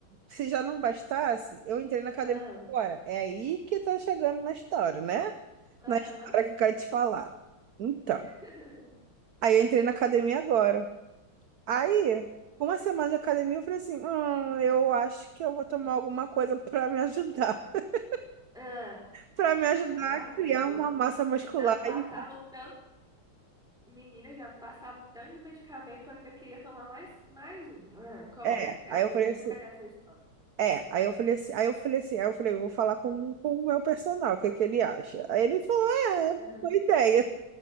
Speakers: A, on the right; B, in the centre.
A: se já não bastasse, eu entrei na academia
B: Ah.
A: agora. É aí que tá chegando na história, né?
B: Aham.
A: Na história que eu quero te falar. Então,
B: <laughs>
A: aí eu entrei na academia agora. Aí, com uma semana de academia, eu falei assim: hum, eu acho que eu vou tomar alguma coisa pra me ajudar. <laughs>
B: Ah,
A: Pra me ajudar
B: lá
A: a
B: vem
A: criar
B: você.
A: uma massa muscular.
B: Já não bastava
A: E-
B: o tanto, menina, já não bastava o tanto de medicamento, eu ainda queria tomar mais, mais um. Ah, conta,
A: É,
B: quero
A: aí eu
B: ver
A: falei
B: onde
A: assim.
B: que vai dar essa história.
A: É, aí eu falei assim, aí eu falei assim, aí eu falei, eu vou falar com, com o meu personal, o que que ele acha? Aí ele falou, é, boa
B: Aham.
A: ideia.